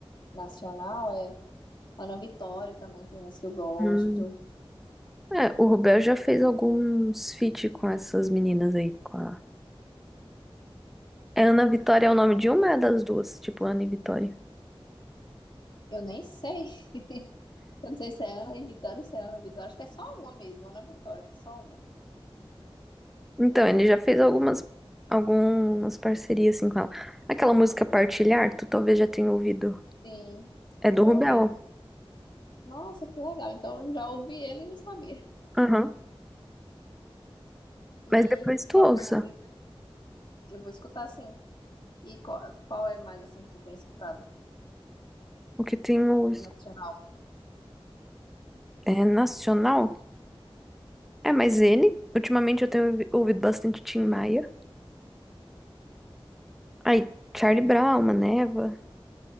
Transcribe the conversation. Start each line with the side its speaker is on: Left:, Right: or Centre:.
Left: nacional, é Ana Vitória também tem umas que eu gosto.
Centre: hum, é, o Rubel já fez alguns feat com essas meninas aí, com a É Ana Vitória é o nome de uma é das duas, tipo Ana e Vitória.
Left: Eu nem sei, <laughs> eu não sei se é Ana e Vitória ou se é Ana Vitória, acho que é só uma mesmo, Ana Vitória, acho que é só uma.
Centre: Então, ele já fez algumas algumas parcerias assim com ela. Aquela música Partilhar, tu talvez já tenha ouvido.
Left: Sim,
Centre: É do
Left: já
Centre: Rubel.
Left: ouvi. Nossa, que legal, então eu já ouvi ele e não sabia.
Centre: Aham.
Left: E
Centre: Mas depois tu
Left: qual
Centre: ouça.
Left: foi? Eu vou escutar sim. E qual, qual é mais, assim, que tu tem escutado,
Centre: O que tenho
Left: nacional?
Centre: É nacional? É, mas ele, ultimamente eu tenho ouvi- ouvido bastante Tim Maia. Aí, Charlie Brown, Maneva,